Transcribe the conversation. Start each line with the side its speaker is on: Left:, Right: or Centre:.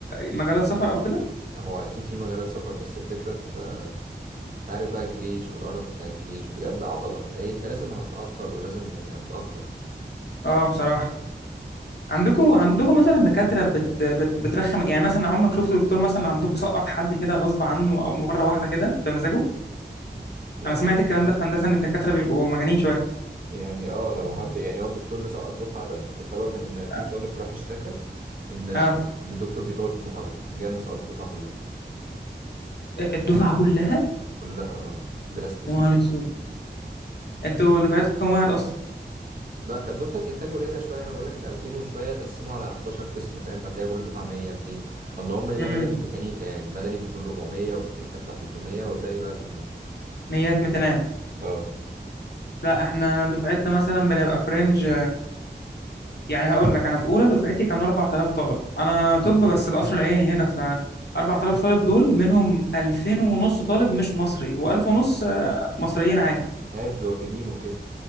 Left: مجالات سفر او كده
Right: هو اكيد في مجالات سفر بس الفكرة في آه، عارف بقى الجيش والقرف بتاع الجيش بجد عطلة اي انت لازم هتتعطل ولازم يعني هتتأخر
Left: اه بصراحة عندكم عندكم مثلا دكاترة بت... بت... بترخم يعني مثلا عمرك شفت دكتور مثلا عندكم سقط حد كده غصب عنه او مرة واحدة كده بمزاجه
Right: يعني
Left: انا سمعت الكلام ده في هندسة ان الدكاترة بيبقوا مجانين شوية
Right: يعني اه لو هب يعني هو الدكتور اللي سقط الدفعه ده بسبب ان في
Left: اه
Right: طالب راح اشتكى ان ان
Left: آه.
Right: الدكتور بيطول في المحاضره قام جاي مسقط الدفعه كلها
Left: الدفعة كلها
Right: كلها اه بلا استثناء
Left: يا نهار اسود انتوا دفعتكم كام واحد اصلا
Right: لا كانت دفعه انتاج قليله شويه انا بقول لك ال 2000 وشويه تقسموا على 11 قسم فاهم فتلاقي كل دفعه 100 200 اللهم الا
Left: امم
Right: مدني وميكانيكا يعني مدني بيكون 400 وميكانيكا بتاع 300 والباقي بقى بي
Left: ميات متنات
Right: اه
Left: لا احنا دفعتنا مثلا بنبقى فرنج يعني هقول لك انا في اولى دفعتي كانوا 4000 طالب انا طب بس القصر العيني هنا ف 4000 طالب دول منهم 2000 ونص طالب مش مصري و1000 ونص آه، مصريين عادي
Right: عارف الوافدين وكده